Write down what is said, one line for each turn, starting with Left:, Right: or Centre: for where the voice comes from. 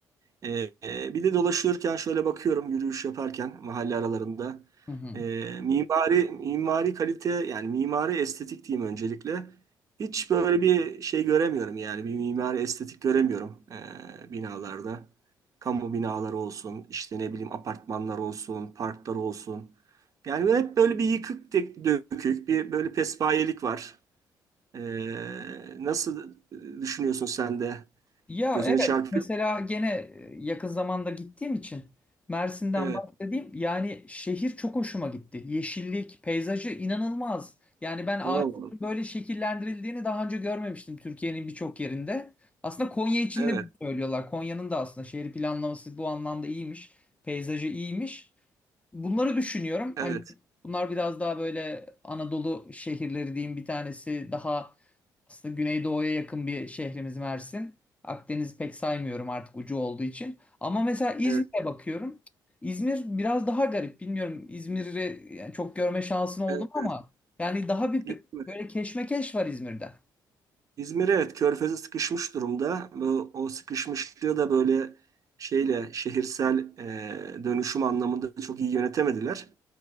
Right: E, e, bir de dolaşırken şöyle bakıyorum yürüyüş yaparken mahalle aralarında.
Left: Hı hı.
Right: E, mimari mimari kalite yani mimari estetik diyeyim öncelikle. Hiç böyle bir şey göremiyorum yani bir mimari estetik göremiyorum eee, binalarda. Kamu binaları olsun, işte ne bileyim apartmanlar olsun, parklar olsun. Yani böyle hep böyle bir yıkık tek- dökük, bir böyle pespayelik var. Eee, nasıl düşünüyorsun sen de?
Left: Ya
Right: Gözünü
Left: evet
Right: çarpıyor.
Left: mesela
Right: mu?
Left: gene e, yakın zamanda gittiğim için Mersin'den
Right: Evet.
Left: bahsedeyim. Yani şehir çok hoşuma gitti. Yeşillik, peyzajı inanılmaz. Yani ben ağaçların
Right: Oo,
Left: böyle şekillendirildiğini daha önce görmemiştim Türkiye'nin birçok yerinde. Aslında Konya için
Right: evet,
Left: de bunu söylüyorlar. Konya'nın da aslında şehir planlaması bu anlamda iyiymiş. Peyzajı iyiymiş. Bunları düşünüyorum.
Right: evet,
Left: Hani bunlar biraz daha böyle Anadolu şehirleri diyeyim bir tanesi daha aslında Güneydoğu'ya yakın bir şehrimiz Mersin. Akdeniz'i pek saymıyorum artık ucu olduğu için. Ama mesela İzmir'e
Right: evet,
Left: bakıyorum. İzmir biraz daha garip. Bilmiyorum İzmir'i yani çok görme şansın oldu
Right: evet.
Left: mu ama yani daha bir
Right: Gitme.
Left: pe- böyle keşmekeş var İzmir'de.
Right: İzmir evet körfeze sıkışmış durumda. Bu, o sıkışmışlığı da böyle şeyle şehirsel e, dönüşüm anlamında çok iyi yönetemediler.